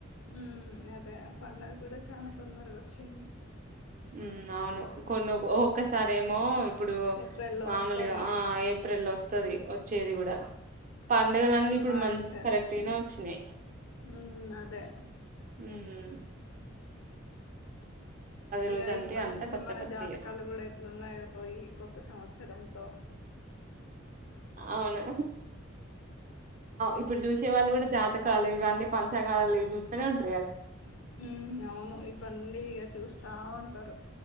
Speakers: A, on the left (about 85°); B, on the right (about 40°).
A: ఉమ్ అదే పండగ కూడా చాలా తొందరగా వచ్చింది
B: హమ్ అవును కొన్న ఒక్కసారిేమో ఇప్పుడు
A: ఏప్రిల్ లో
B: మామూలుగా
A: వస్తది
B: ఏప్రిల్ లో వస్త వస్తుది వచ్చేది కూడా పండుగలన్నీ
A: ఇప్పుడు మార్చయచ్చు
B: మంచి కరెక్ట్ గానే వచ్చినాయి
A: హమ్ అదే
B: హమ్
A: ఇక
B: రోజు అంటే
A: ఇప్పటి
B: అంతా
A: నుంచి
B: కొత్త
A: మన
B: కొత్త
A: జాతకాలు
B: ఇగ
A: కూడా ఎట్లు ఉన్నాయో ఈ కొత్త సంవత్సరం అసలేంతో
B: అవును ఇప్పుడు చూసే వాళ్ళు కూడా జాతకాలు ఇవన్నీ పంచాంగాలు చూస్తూనే ఉంటరూ
A: ఉమ్ అవును ఈ వన్నీ ఈగ చూస్తా ఉంట ఉంటరు